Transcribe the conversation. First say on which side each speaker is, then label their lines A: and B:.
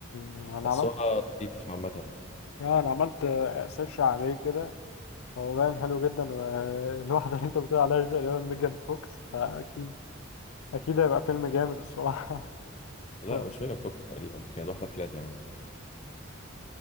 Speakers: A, on the left; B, on the left.
A: مم. أنا
B: بس
A: عملت
B: هو نضيف عامة
A: آه، أنا عملت آه، سيرش عليه كده هو باين حلو جدا والواحدة <laughs> اللي انت بتقول عليها دي اللي هو ميجان فوكس فأكيد أكيد هيبقى فيلم جامد الصراحة
B: لا
A: <laughs>
B: مش ميجان فوكس تقريبا كانت واحدة فلات يا عم